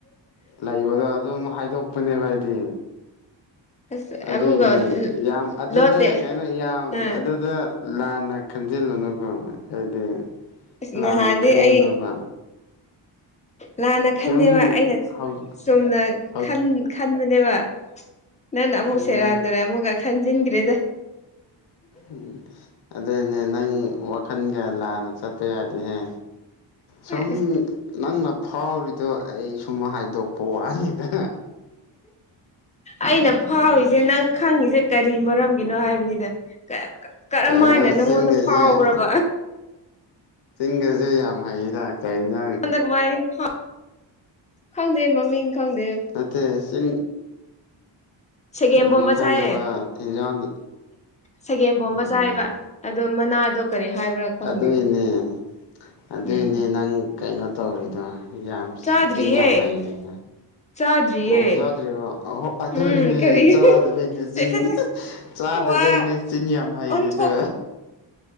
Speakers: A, on the left; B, on the left.
A: ꯂꯩꯕꯗꯣ ꯑꯗꯨꯝ ꯍꯥꯏꯗꯣꯛꯄꯅꯦꯕ ꯑꯩꯗꯤ
B: ꯑꯁ
A: ꯑꯗꯨꯏꯅꯦ
B: ꯑꯃꯨꯛꯀ
A: ꯌꯥꯝ ꯑꯗꯨꯗ
B: ꯂꯣꯠꯇꯦ
A: ꯀꯩꯅꯣ ꯌꯥꯝ
B: ꯑꯥ
A: ꯑꯗꯨꯗ ꯂꯥꯟꯅ ꯈꯟꯖꯤꯜꯂꯨꯅꯨꯀꯦ ꯍꯥꯏꯗꯤ
B: ꯑꯁ
A: ꯂꯥꯟꯅ
B: ꯅꯍꯥꯟꯗꯤ
A: ꯈꯟꯒꯅꯣꯕ
B: ꯑꯩ ꯂꯥꯟꯅ
A: ꯁꯨꯝ
B: ꯈꯟꯗꯦꯕ ꯑꯩꯅ
A: ꯍꯧ
B: ꯆꯨꯝꯅꯥ
A: ꯍꯧ
B: ꯈꯟ ꯈꯟꯕꯅꯦꯕ ꯅꯪꯅ ꯑꯃꯨꯛ
A: ꯎꯝ
B: ꯁꯦꯔꯥꯟꯇꯨꯔꯟ ꯑꯃꯨꯛꯀ ꯈꯟꯖꯤꯟꯈ꯭ꯔꯦꯗ
A: ꯎꯝ ꯑꯗꯨꯏꯅꯦ ꯅꯪ ꯋꯥꯈꯜꯒ ꯂꯥꯟꯅ ꯆꯠꯄ ꯌꯥꯗꯦꯍꯦ ꯁꯨꯝ
B: ꯑꯁ
A: ꯅꯪꯅ ꯐꯥꯎꯔꯤꯗꯣ ꯑꯩ ꯁꯨꯝ ꯍꯥꯏꯗꯣꯛꯄ ꯋꯥꯅꯤꯗ
B: ꯑꯩꯅ ꯐꯥꯎꯔꯤꯁꯦ ꯅꯪ ꯈꯪꯉꯤꯁꯦ ꯀꯔꯤ ꯃꯔꯝꯒꯤꯅꯣ ꯍꯥꯏꯕ ꯄꯥꯅꯤꯗ ꯀꯔꯝ
A: ꯀꯩꯅꯣ
B: ꯍꯥꯏꯅ ꯅꯪꯉꯣꯟꯗ
A: ꯆꯤꯟꯒꯁꯦ
B: ꯐꯥꯎꯕꯔꯕ
A: ꯆꯤꯡꯒꯁꯦ ꯌꯥꯝ ꯍꯩꯗ ꯀꯩ ꯌꯦꯟꯁꯪ
B: ꯍꯟꯗꯛꯃꯥꯏ ꯐꯅ <unintelligible> ꯈꯪꯗꯦ ꯃꯃꯤꯡ ꯈꯪꯗꯦ
A: ꯅꯥꯇꯦ ꯆꯤꯡ
B: ꯁꯦꯒꯦꯝ
A: ꯃꯃꯤꯡ
B: ꯄꯣꯝꯕ ꯆꯥꯏꯌꯦ
A: ꯈꯪꯗꯕ ꯏꯟꯖꯥꯡ
B: ꯁꯦꯒꯦꯝ ꯄꯣꯝꯕ
A: ꯎꯝ
B: ꯆꯥꯏꯕ ꯑꯗꯣ ꯃꯅꯥꯗꯣ ꯀꯔꯤ ꯍꯥꯏꯕ꯭ꯔꯥ ꯈꯪꯗꯦ
A: ꯑꯗꯨꯏꯅꯦ ꯑꯗꯨꯏꯅꯦ
B: ꯎꯝ
A: ꯅꯪ ꯀꯩꯅꯣ ꯇꯧꯔꯤꯗꯣ ꯌꯥꯝ
B: ꯆꯥꯗ꯭ꯔꯤꯌꯦ
A: ꯆꯤꯟ ꯌꯥꯝ ꯍꯩꯌꯤꯅ
B: ꯆꯥꯗ꯭ꯔꯤꯌꯦ
A: ꯑꯣ ꯆꯥꯗ꯭ꯔꯤꯕ ꯑ ꯑꯗꯨꯒꯤꯅꯦ
B: ꯎꯝ ꯀꯔꯤ
A: ꯆꯥꯗꯕꯩꯅꯦ
B: ꯁꯦꯁ
A: ꯆꯤꯟ
B: ꯁꯦꯁ ꯁꯦꯁ
A: ꯆꯗꯕꯩꯅꯦ
B: ꯋꯥ
A: ꯆꯤꯟꯌꯥꯝ ꯍꯩꯔꯤꯗꯨ
B: ꯑꯣꯟꯊꯣꯛ